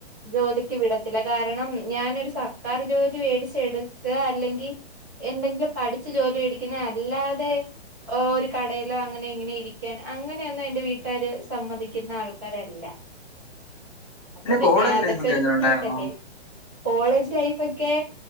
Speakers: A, on the right (about 15°); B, on the left (about 30°).
A: ജോലിക്ക് വിടത്തില്ല കാരണം ഞാനൊരു സർക്കാർ ജോലി മേടിച്ചെടുക്ക അല്ലെങ്കിൽ എന്തെങ്കിലും പഠിച്ചു ജോലി മേടിക്കുന്ന അല്ലാതെ ഓ ഒരു കടയിലോ അങ്ങനെ ഇങ്ങനെ ഇരിക്കാൻ അങ്ങനെയൊന്നും എന്റെ വീട്ടുകാര് സമ്മതിക്കുന്ന ആൾക്കാരല്ല അപ്പൊ പിന്നെ
B: കോളേജ്
A: അതൊക്കെ
B: ലൈഫ് ഒക്കെ
A: ഒരു
B: എങ്ങനെ
A: ബുദ്ധിമുട്ടല്ലേ
B: ഉണ്ടായിരുന്നു
A: കോളേജ് ലൈഫ് ഒക്കെ